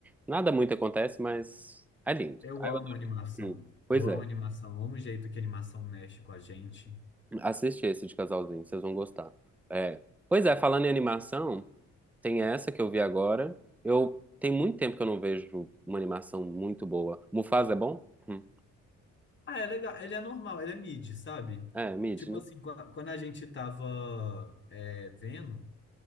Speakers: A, in the centre; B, on the left.
A: nada muito acontece, mas é lindo.
B: Eu
A: Ah, eu
B: amo
A: adoro.
B: animação.
A: Hum, Pois
B: Eu amo
A: é,
B: animação. Eu amo o jeito que a animação mexe com a gente.
A: assiste esse de casalzinho, vocês vão gostar. É. Pois é, falando em animação, tem essa que eu vi agora. Eu tem muito tempo que eu não vejo uma animação muito boa. Mufasa é bom? Hum.
B: Ah, é legal. Ele é normal, ele é mid, sabe?
A: É, Mid,
B: Tipo
A: né?
B: assim, qua- quando a gente tava é, vendo,